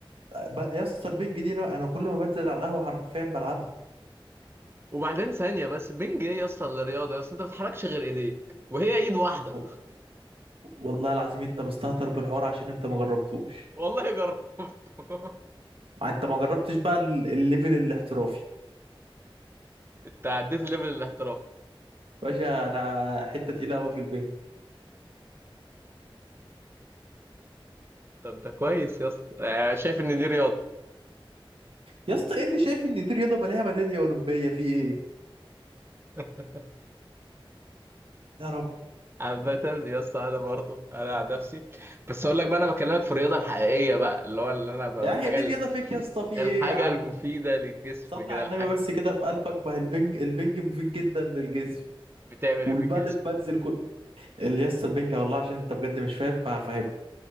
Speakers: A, on the right; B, on the right.
A: ب- يا اسطى البينج دي انا أنا كل ما بنزل على القهوه حرفيا بلعبها
B: وبعدين ثانية بس بنج ايه يا اسطى اللي رياضة يا اسطى انت ما بتحركش غير ايديك وهي ايد واحدة
A: و- والله العظيم انت مستهتر بالحوار عشان انت ما جربتوش
B: والله جربت <laughs>
A: انت ما جربتش بقى ال- الليفل الاحترافي
B: انت عديت ليفل الاحتراف
A: باشا انا حته تقيله قوي في البينج
B: طب ده كويس يا اسطى يعني شايف ان دي رياضة
A: يا اسطى ايه اللي شايف ان دي رياضه مالها ميداليه اولمبيه في ايه
B: <laughs>
A: يا رب
B: عامة يا اسطى انا برضه انا عن نفسي بس اقول لك بقى انا بكلمك في الرياضة الحقيقية بقى اللي هو اللي انا بقى
A: يا
B: الحاجة
A: هي دي
B: اللي
A: رياضه فيك يا اسطى في ايه
B: الحاجة
A: يا عم
B: المفيدة للجسم
A: صلي
B: كده
A: على
B: الحاجة
A: النبي بس
B: <laughs>
A: كده في قلبك ما هي البنج البنج مفيد جدا للجسم
B: بتعمل
A: والبادل
B: ايه في الجسم
A: بادز كل اللي يسطا البنج والله عشان انت بجد مش فاهم فهفهمك